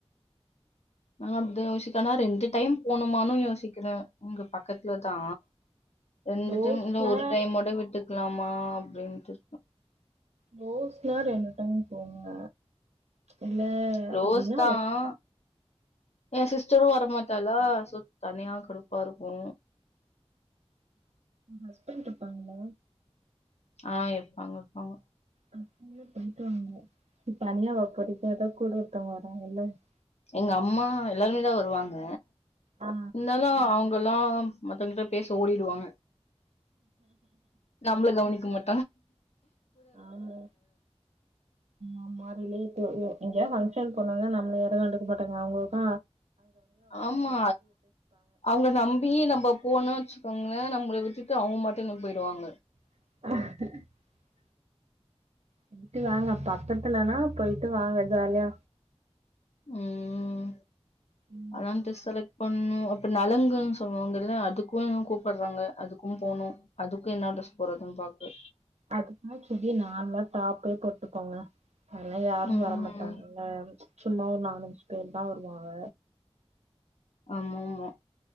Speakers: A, on the left; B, on the right.
A: நா வந்து யோசிக்கனா ரெண்டு டைம் போணுமானு யோசிக்கிற இங்க பக்கத்ல தா ரெண்டு
B: ரோஸ்னா
A: டயம் இந்த ஒரு டயம் மட்டு விட்டுக்கு <unintelligible> லாமா அப்டின்ட்டு
B: ரோஸ்னா ரெண்டு டைம் போங்க இல்ல
A: க்ளோஸ்
B: அப்டின
A: தான்.
B: ஒரு
A: என் சிஸ்டரும் வரமாட்டாளா தனியா கடுப்பா இருக்கூ
B: ஹஸ்பண்ட் இருப்பாங்கள
A: ஆஹ் இருப்பாங்க இருப்பாங்க
B: அப்ப என்ன போயிட்டு வாங்க தனியா வைப்பறதுக்கு ஏதோ கூட ஒருத்தவங்க வராங்கல்ல <unintelligible>
A: எங்க அம்மா எல்லாருமே தான் வருவாங்க
B: ஆ
A: <unintelligible> அவங்கல்லாம் மத்தவங்க கிட்ட பேச ஓடிடுவாங்க நம்மள கவனிக்க மாட்
B: ஆமா உம் ரிலேட்டிவ் <unintelligible> இங்கயா ஃபங்கஷன் போனானா நம்ம கண்டுக்க மாட்டாங்க அவங்களுக்க
A: ஆமா அவங்க நம்பி நம்ம போன வச்சுக்கோங்களே நம்மள விட்டுட்டு அவங்க மட்டும் போயிடுவாங்க
B: அஹ போயிட்டு வாங்க பக்கத்துலனா போயிட்டு வாங்க ஜாலியா
A: உம்
B: ம்
A: அனம் தெஸ்ல்ல <unintelligible> பண்ணும் அப்புறம் நலுங்குன்னு சொல்லுவாங்கல்ல அதுக்கும் கூப்பிடுறாங்க அதுக்கும் போகணும் அதுக்கும் என்ன ட்ரஸ் போடறதுன்னு பாக்கு
B: அதுக்கும் சுடி நார்மலா டாப்பே போட்டுக்கோங்க அதல்லாம் யாரும்
A: ம்
B: வரமாட்டாங்கல்ல சும்மா ஒரு நாலஞ்சு பேர் தான் வருவாங்க
A: ஆம ஆமாமா